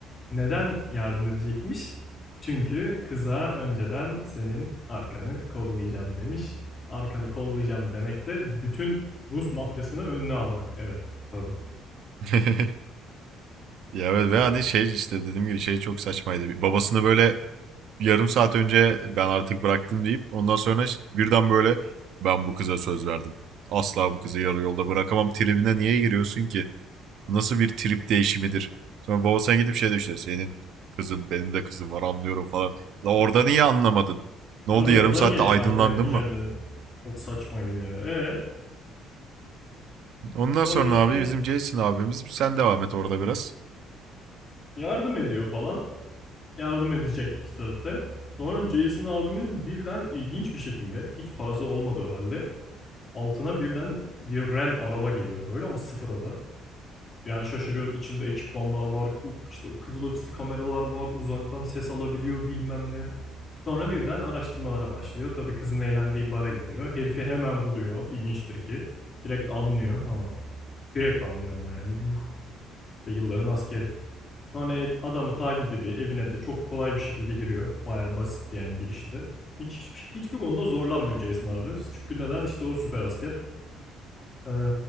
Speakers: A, on the left; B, on the right.
A: Neden yardım edecekmiş? Çünkü kıza önceden senin arkanı kollayacağım demiş. Arkanı kollayacağım demek de bütün Rus mafyasını önüne almak. Evet, tabii.
B: <laughs> Ya evet ve
A: Ya,
B: hani şey işte dediğim gibi şey çok saçmaydı. Babasını böyle yarım saat önce ben artık bıraktım deyip ondan sonra işte birden böyle ben bu kıza söz verdim. Asla bu kızı yarı yolda bırakamam tribine niye giriyorsun ki? nasıl bir trip değişimidir? Sonra baba gidip şey de işte senin kızın benim de kızım var anlıyorum falan. La orada niye anlamadın? Ne
A: abi
B: oldu
A: orada
B: yarım saatte
A: niye
B: aydınlandın
A: yardım etmeyeceğim
B: mı?
A: dedin? Çok saçmaydı ya. Ee?
B: Ondan
A: Sonra
B: sonra
A: işte
B: abi bizim Jason abimiz sen devam et orada biraz.
A: yardım ediyor falan. Yardım edecek sözde. Sonra Jason abimiz birden ilginç bir şekilde hiç parası olmadığı halde altına birden bir RAM araba geliyor böyle ama sıfır o da. Yani şaşırıyoruz içinde ekipmanlar var işte o kızıl kameralar var uzaktan ses alabiliyor bilmem ne. Sonra birden araştırmalara başlıyor. Tabii kızın eğlendiği bara gidiyor. Herifi hemen buluyor. İlginçtir ki. Direkt anlıyor ama direkt anlıyor ama yani yuh. İşte yılların askeri. Sonra adamı takip ediyor. Evine de çok kolay bir şekilde giriyor. Bayağı basitti yani girişi de. Hiç, hiçbir, hiçbir konuda zorlanmıyor Jason abimiz. Çünkü neden? İşte o süper asker. Ee,